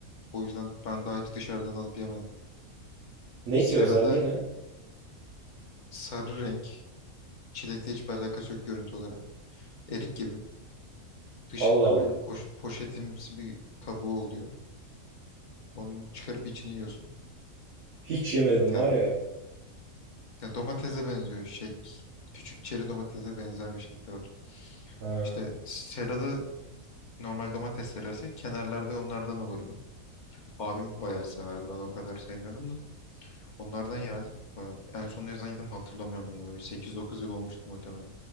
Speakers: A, on the left; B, on the right.
A: O yüzden ben daha hiç dışarıdan alıp yemedim.
B: Ne
A: Sera'da
B: ki özelliği ne?
A: sarı renk. Çilekle hiçbir alakası yok görüntü olarak. Erik gibi. Dışında
B: Allah Allah.
A: böyle poş, poşetimsi bir kabuğu oluyor. Onu çıkarıp içini yiyorsun.
B: Hiç yemedim
A: Ya,
B: var ya.
A: ya domatese benziyor. Şey, küçük çeri domatese benzer bir şekli var.
B: Ha.
A: İşte serada normal domates serası kenarlarda onlardan olurdu. Abim bayağı severdi. Ben o kadar sevmiyordum da. Onlardan yerdik. Bayağı- En son ne zaman yedim hatırlamıyorum bile. Böyle 8-9 yıl olmuştur muhtemelen.